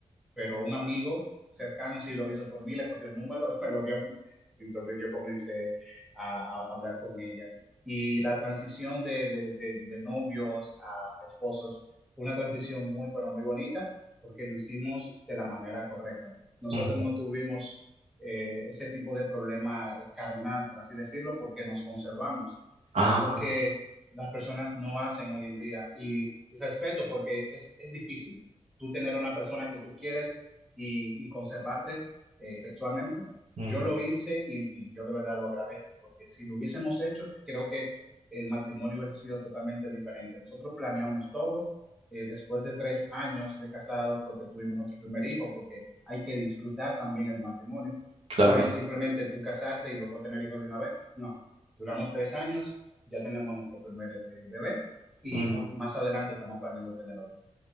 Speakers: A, in the centre; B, on the right (about 70°).
A: pero un amigo cercano sí lo hizo por mí, le cogió el número y me lo dio. a mí. Entonces yo comencé a, a hablar con ella. Y la transición de, de- de- de novios a, a esposos fue una transición muy, pero muy bonita, porque lo hicimos de la manera correcta. Nosotros
B: ujú.
A: no tuvimos eh, ese tipo de problema eh, carnal, por así decirlo, porque nos conservamos,
B: Ah,
A: algo que las personas no hacen hoy en día. Y, y respeto, porque es es difícil tú tener a una persona que tú quieres y, y conservarte eh, sexualmente.
B: ujú,
A: Yo lo hice y, y, yo de verdad lo agradezco, porque si lo hubiésemos hecho, creo que el matrimonio hubiese sido totalmente diferente. Nosotros planeamos todo. Eh, después de tres años de casados fue que tuvimos nuestro primer hijo, porque hay que disfrutar también el matrimonio.
B: claro.
A: No es simplemente tú casarte y luego tener hijos de una vez. No, duramos tres años, ya tenemos nuestro primer eh, bebé y
B: Ujú.
A: más adelante estamos planeando tener otro.